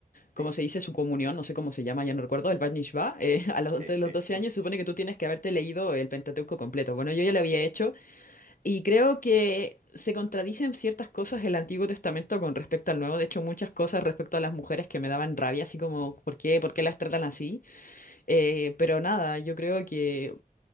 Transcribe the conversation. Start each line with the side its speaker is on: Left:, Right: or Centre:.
Left: ¿cómo
Right: Sí,
Left: se dice? Su comunión, no sé cómo se llama, ya no recuerdo, el Bat Mishvah. eh, <laughs> a los,
Right: sí,
Left: antes de
Right: sí.
Left: los 12
Right: <laughs>
Left: años se supone que tú tienes que haberte leído el Pentateuco completo. Bueno, yo ya lo había hecho y creo que... Se contradicen ciertas cosas el Antiguo Testamento con respecto al Nuevo. De hecho, muchas cosas respecto a las mujeres que me daban rabia, así como, ¿por qué, por qué las tratan así? Eh, pero nada, yo creo que,